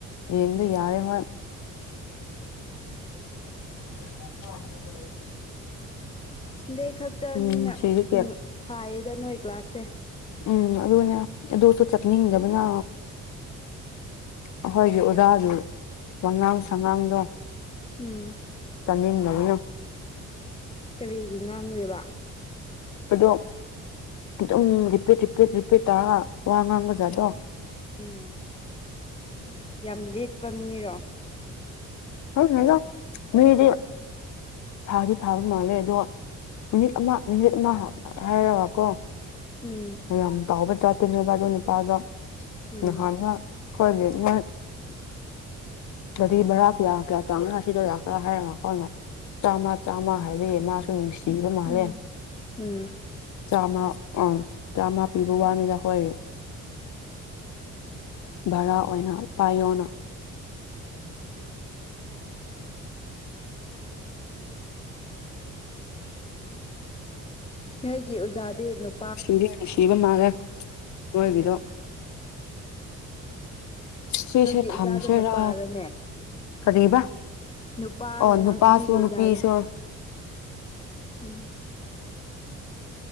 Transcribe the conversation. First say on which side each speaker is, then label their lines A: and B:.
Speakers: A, on the left; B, on the left.
A: ꯌꯦꯡꯕ ꯌꯔꯦ ꯃꯣꯏ <inaudible>
B: ꯁꯟꯗꯦ ꯈꯛꯇꯅꯤꯅ
A: ꯎꯝ ꯁꯤꯒꯤ ꯀꯦ
B: ꯎꯝ ꯐꯥꯏꯔꯦꯗ ꯅꯣꯏ ꯀ꯭ꯂꯥꯁꯁꯦ
A: ꯎꯝ ꯑꯗꯨꯒꯅꯦ ꯑꯗꯨ ꯆꯠꯅꯤꯡꯗꯕꯅ ꯑꯩꯈꯣꯏꯒꯤ ꯑꯣꯖꯥꯁꯨ ꯋꯉꯥꯡ ꯁꯉꯥꯡꯗꯣ
B: ꯎꯝ
A: ꯇꯥꯅꯤꯡꯗꯕꯅ
B: ꯀꯔꯤ ꯉꯥꯡꯒ꯭ꯔꯦꯕ
A: ꯑꯗꯣ ꯑꯗꯨꯝ ꯔꯤꯄꯤꯠ ꯔꯤꯄꯤꯠ ꯔꯤꯄꯤꯠ ꯇꯧꯔ ꯋꯥ ꯉꯥꯡꯕꯖꯥꯠꯇꯣ
B: ꯎꯝ ꯌꯥꯝ ꯂꯤꯛꯄ ꯃꯤꯔꯣ
A: ꯈꯪꯗꯦꯗ ꯃꯤꯗꯤ ꯐꯥꯗꯤ ꯐꯥꯕ ꯃꯥꯜꯂꯦ ꯑꯗꯣ ꯃꯤꯅꯤꯠ ꯑꯃ ꯃꯤꯅꯤꯠ ꯑꯃ ꯍꯥꯏꯔꯒꯀꯣ
B: ꯎꯝ
A: ꯌꯥꯝ ꯇꯥꯎꯕ ꯖꯥꯠꯇꯨꯅꯦꯕ ꯑꯗꯨꯏ ꯅꯨꯄꯗꯣ
B: ꯎꯝ
A: ꯅꯍꯥꯟꯅ ꯑꯩꯈꯣꯏꯒꯤ <inaudible> ꯒꯔꯤ ꯕꯔꯥ ꯀꯌꯥ ꯀꯌꯥ <unintelligible> ꯆꯥꯝꯃ ꯆꯥꯝꯃ ꯍꯥꯏꯌꯦ ꯃꯥꯁꯨ ꯅꯨꯡꯁꯤ ꯄꯤꯕ ꯃꯥꯜꯂꯦ
B: ꯎꯝ ꯎꯝ
A: ꯆꯥꯝꯃ ꯑꯥ ꯆꯥꯝꯃ ꯄꯤꯕ ꯋꯥꯅꯤꯗ ꯑꯩꯈꯣꯏ ꯚꯔꯥ ꯑꯣꯏꯅ ꯄꯥꯏꯌꯣꯅ
B: ꯅꯣꯏꯒꯤ ꯑꯣꯖꯗꯤ ꯅꯨꯞ
A: ꯁꯤꯡꯗꯤ ꯅꯨꯡꯁꯤꯕ ꯃꯥꯜꯂꯦ ꯅꯣꯏꯒꯤꯗꯣ ꯁꯤꯁꯦ
B: ꯅꯣꯏꯒꯤ
A: ꯊꯝꯁꯤꯔꯥ
B: ꯏꯆꯥꯗꯣ ꯅꯨꯄꯥꯔꯅꯦ
A: ꯀꯔꯤꯕ
B: ꯅꯨꯄꯥꯔꯣ
A: ꯑꯣ
B: ꯅꯪ
A: ꯅꯨꯄꯥꯁꯨ
B: ꯅꯣꯏꯒꯤ ꯏꯆꯥꯗ
A: ꯅꯨꯄꯤꯁꯨ
B: ꯎꯝ